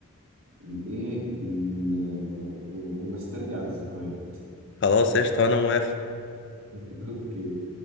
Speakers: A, on the right (about 65°); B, on the left (about 50°).
A: والايه ون- و- ونسترجع الذكريات
B: خلاص قشطة أنا موافق
A: <laughs> اوكي